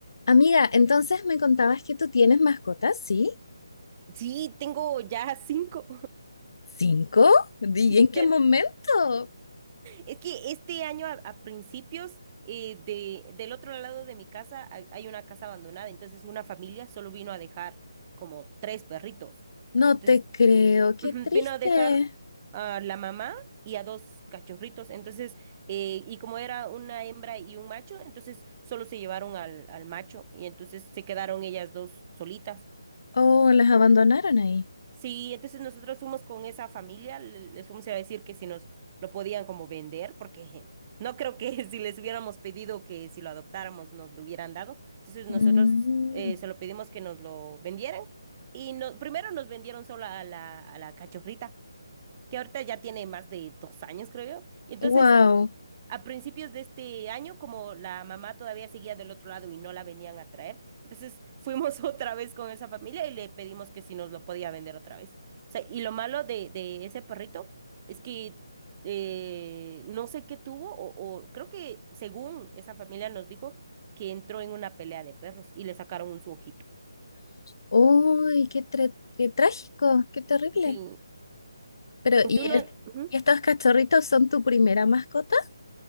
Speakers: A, on the left; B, on the right.
A: Amiga, entonces me contabas que tú tienes mascotas, ¿sí?
B: Sí, tengo ya cinco.
A: ¿Cinco? ¿Y
B: <laughs> Inter-
A: en qué momento?
B: Es que este año a, a principios eh, de, del otro lado de mi casa hay, hay una casa abandonada, entonces una familia solo vino a dejar como tres perritos.
A: No
B: Entonces
A: te creo, qué
B: ujú,
A: triste.
B: vino a dejar a la mamá y a dos cachorritos. Entonces, eh, y como era una hembra y un macho, entonces solo se llevaron al, al macho y entonces se quedaron ellas dos solitas.
A: Oh, las abandonaron ahí.
B: Sí, entonces nosotros fuimos con esa familia, le- les fuimos a decir que si nos lo podían como vender, porque no creo que <laughs> si les hubiéramos pedido que si lo adoptáramos nos lo hubieran dado. Entonces nosotros
A: Mm,
B: eh, se lo pedimos que nos lo vendieran y no, primero nos vendieron solo a la, a la cachofrita, que ahorita ya tiene más de dos años, creo yo. Y entonces
A: wow.
B: a principios de este año, como la mamá todavía seguía del otro lado y no la venían a traer, entonces fuimos <laughs> otra vez con esa familia y le pedimos que si nos lo podía vender otra vez. O sea, y lo malo de, de ese perrito es que eh, no sé qué tuvo, o, o creo que según esa familia nos dijo que entró en una pelea de perros y le sacaron un su ojito.
A: Uy, qué, tre- qué trágico, qué terrible.
B: Sí.
A: Pero,
B: ¿Y
A: ¿y,
B: tú no?
A: es-
B: ujú.
A: y estos cachorritos son tu primera mascota?